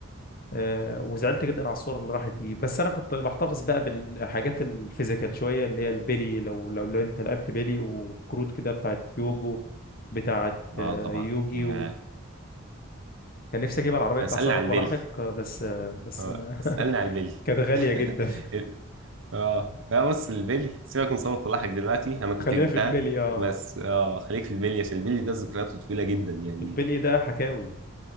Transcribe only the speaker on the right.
اه
طبعا
يا
اسألني
على البلي
اه
اسألني
على البلي
<laughs>
اه لا بص البلي سيبك من سمك ولاحك دلوقتي انا كنت
جبتها
بس اه خليك في البلي عشان البلي ده ذكرياته طويلة جدا يعني